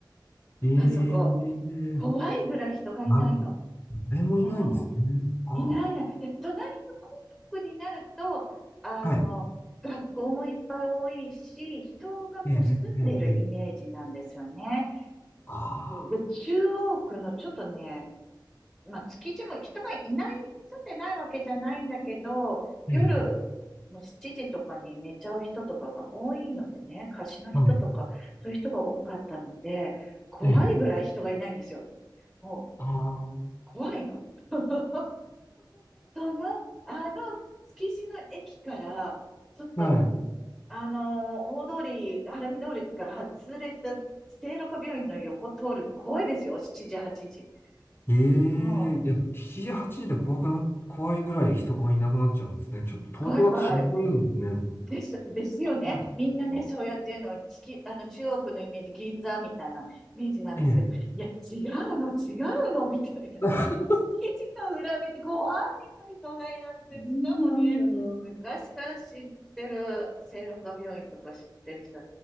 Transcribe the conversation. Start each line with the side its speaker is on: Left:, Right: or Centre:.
Left: ええ、
Centre: あそこ。怖いぐらい人がいないの。
Left: あれ、誰もいないんですね。
Centre: も
Left: あー。
Centre: いないいない。え、隣のコンパクトになると、あの、
Left: はい
Centre: 学校もいっぱい多いし、人がこう住んでるイメージなんですよね。
Left: ええ、ええ、ええ。ああ、
Centre: で、中央区のちょっとね、まあ、築地も人がいない、住んでないわけじゃないんだけど、
Left: ええ、
Centre: 夜もう7時とかに寝ちゃう人とかが多いのでね、貸しの人とか、
Left: はい、
Centre: そういう人が多かったので、怖いぐらい人がいないんですよ。
Left: ええ、
Centre: もう、
Left: ああ、
Centre: 怖いの。<laughs> その、あの、築地の駅から、ちょっと、
Left: はい。
Centre: あのー大通り、晴海通りから外れた、聖路加病院の横通るの怖いですよ。7時、8時。
Left: ええ、
Centre: もう、
Left: いや、7時、8時で怖くな、怖いぐらい人がいなくなっちゃうんですね。ちょっと東京だと心配なんですね。
Centre: 怖い怖です、ですよね。
Left: ああ、
Centre: みんなね、そうやっていうのは、つき、あの、中国のイメージ、銀座みたいなイメージなんですけど、
Left: ええ。
Centre: いや、違うの、違うの、みたいな。
Left: <laughs>
Centre: 築地の裏道、怖いの、人がいなくて、
Left: 信じられないな。
Centre: しかもね、昔から知ってる、聖路加病院とか知ってる人、